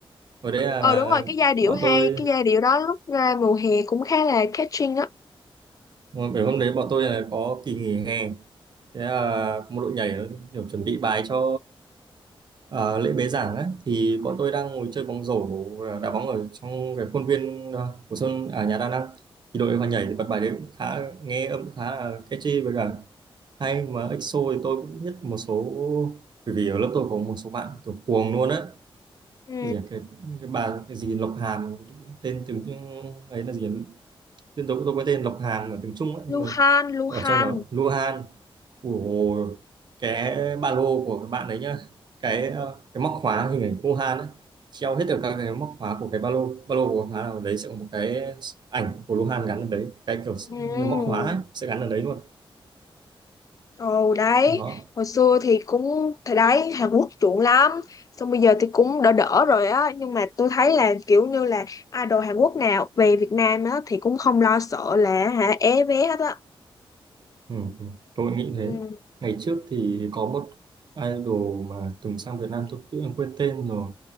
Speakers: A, on the right (about 50°); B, on the left (about 35°).
A: hồi đấy là
B: Ờ đúng rồi, cái giai điệu
A: bọn
B: hay,
A: tôi
B: cái giai điệu đó lúc ra mùa hè cũng khá là catching á.
A: bởi hôm đấy bọn tôi là có kỳ nghỉ hè thế là một đội nhảy nó kiểu chuẩn bị bài cho ờ, lễ bế giảng á thì bọn tôi đang ngồi chơi bóng rổ ờ, đá bóng ở trong cái khuôn viên ờ, của sân à, nhà đa năng thì đội vào nhảy thì bật bài đấy cũng khá nghe âm khá là catchy với cả hay mà EXO thì tôi cũng biết một số bởi vì ở lớp tôi có một số bạn kiểu cuồng luôn á
B: Ừ.
A: cái gì à, cái, cái bà cái gì Lộc Hàm tên tiếng Trung- ấy là gì à? tên tôi tôi có tên Lộc Hàm ở tiếng Trung á nhưng
B: Luhan,
A: mà
B: Luhan.
A: ở trong đó Luhan của cái ba lô của các bạn đấy nhá cái ờ, cái móc khóa hình ảnh Luhan á treo hết được các cái móc khóa của cái ba lô ba lô của khóa nào đấy sẽ có một cái ảnh của Luhan gắn ở đấy cái kiểu
B: Ừ.
A: như móc khóa ấy, sẽ gắn ở đấy luôn
B: Ồ đấy,
A: đó
B: hồi xưa thì cũng thì đấy Hàn Quốc chuộng lắm. Xong bây giờ thì cũng đỡ đỡ rồi á, nhưng mà tôi thấy là kiểu như là idol Hàn Quốc nào về Việt Nam á thì cũng không lo sợ là hả é vé hết á.
A: Ừ, ừ. tôi nghĩ
B: Ừ.
A: thế. Ngày trước thì có một idol mà từng sang Việt Nam tôi tự nhiên quên tên rồi.